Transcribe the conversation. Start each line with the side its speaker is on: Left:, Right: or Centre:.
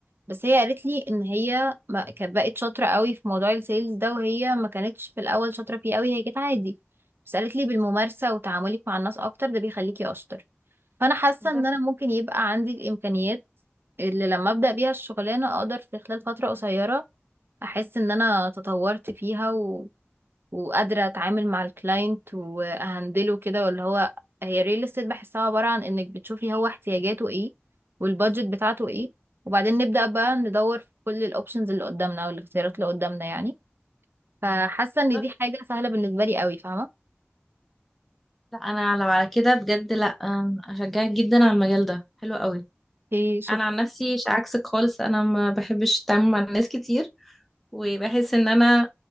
Right: بس هي قالت لي ان هي ما كانت بقت شاطره قوي في موضوع السيلز ده وهي ما كانتش في الاول شاطره فيه قوي هي كانت عادي بس قالت لي بالممارسه وتعاملك مع الناس اكتر ده بيخليكي اشطر فانا حاسه
Centre: ده
Right: ان انا ممكن يبقى عندي الامكانيات اللي لما ابدا بيها الشغلانه اقدر في خلال فتره قصيره احس ان انا تطورت فيها وقادرة اتعامل مع الكلاينت واهندله كده ولا هو هي الريل استيت بحسها عبارة عن انك بتشوفي هو احتياجاته ايه والبادجت بتاعته ايه وبعدين نبدأ بقى ندور في كل الاوبشنز اللي قدامنا او الاختيارات اللي قدامنا يعني فحاسة
Centre: بالظبط
Right: ان دي حاجة سهلة بالنسبة لي قوي فاهمة
Centre: لا انا لو على كده بجد لا آه، اشجعك جدا على المجال ده حلو قوي
Right: اوكي شكرا
Centre: انا عن نفسي ش- عكسك خالص انا ما بحبش التعامل مع الناس كتير وبحس ان انا